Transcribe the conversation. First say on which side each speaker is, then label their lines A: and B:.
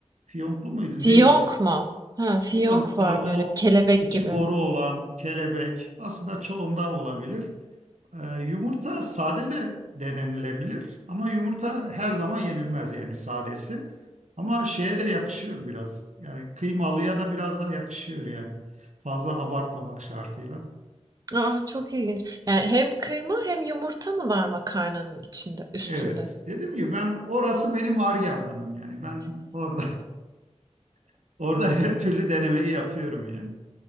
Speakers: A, on the right; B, on the right.
A: Fiyonklu muydu neydi?
B: Fiyonk mu? Ha, fiyonk
A: Yont'ta
B: var
A: o
B: böyle kelebek
A: içi
B: gibi.
A: boru olan kelebek aslında çoğunda olabilir. Ee, yumurta sade de denenilebilir ama yumurta her zaman yenilmez yani sadesi. Ama şeye de yakışıyor biraz. Yani kıymalıya da biraz da yakışıyor yani. Fazla abartmamak şartıyla.
B: Aa, çok ilginç. Yani hem kıyma hem yumurta mı var makarnanın içinde, üstünde?
A: Evet. Dedim ki ben orası benim ar alanım yani. Ben orada <laughs> orada her türlü denemeyi yapıyorum yani.